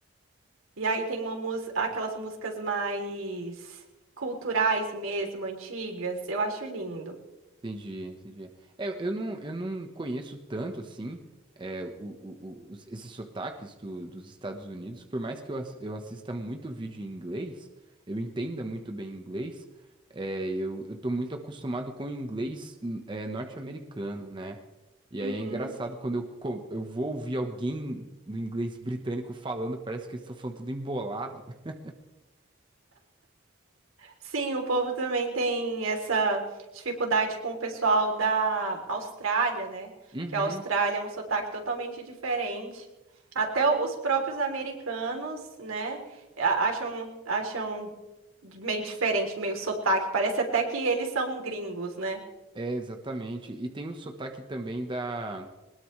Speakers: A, on the right; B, on the right.
A: E aí tem uma mus- aquelas músicas mais culturais mesmo, antigas. Eu acho lindo.
B: Entendi, entendi. É, eu não, eu não conheço tanto assim é, o, o- o- os- esses sotaques do- dos Estados Unidos, por mais que eu, ass- eu assista muito vídeo em inglês, eu entenda muito bem inglês, é, eu, eu tô muito acostumado com o inglês hum, é, norte-americano, né? E
A: Uhum.
B: aí é engraçado quando eu, co- eu vou ouvir alguém no inglês britânico falando, parece que eles estão falando tudo embolado. <laughs>
A: Sim, o povo também tem essa dificuldade com o pessoal da Austrália, né?
B: Uhum,
A: Porque a Austrália é um sotaque totalmente diferente. Até o- os próprios americanos, né, a- acham, acham meio diferente, meio sotaque. Parece até que eles são gringos, né?
B: é, exatamente. E tem o sotaque também da.